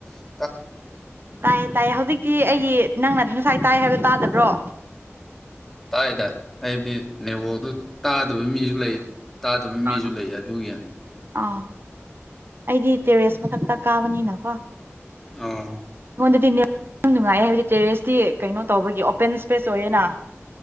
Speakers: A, in the centre; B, on the right.
A: ꯑꯣ
B: ꯇꯥꯏꯌꯦ ꯇꯥꯏꯌꯦ ꯍꯧꯖꯤꯛꯇꯤ ꯑꯩꯒꯤ ꯅꯪꯅꯗꯤ ꯉꯁꯥꯏ ꯇꯥꯏ ꯍꯥꯏꯕ ꯇꯥꯗꯕ꯭ꯔꯣ
A: ꯇꯥꯏꯗ ꯑꯩꯗꯤ ꯅꯦꯋꯣꯗꯨ ꯇꯥꯗꯕꯒꯤ ꯃꯤꯁꯨ ꯂꯩ ꯇꯥꯗꯕꯒꯤ
B: ꯇꯥꯗꯕ
A: ꯃꯤꯁꯨ ꯂꯩ ꯑꯗꯨꯒꯤ
B: ꯂꯩ ꯑꯥ ꯑꯩꯗꯤ ꯇꯦꯔꯦꯁ ꯃꯊꯛꯇ ꯀꯥꯕꯅꯤꯅꯀꯣ
A: ꯑꯣ
B: ꯑꯩꯉꯣꯟꯗꯗꯤ ꯌꯥꯝ ꯅꯨꯡꯉꯥꯏ ꯍꯥꯏꯕꯗꯤ ꯇꯦꯔꯦꯁꯇꯤ ꯀꯩꯅꯣ ꯇꯧꯕꯒꯤ ꯑꯣꯄꯦꯟ ꯏꯁꯄꯦꯁ ꯑꯣꯏꯌꯦꯅ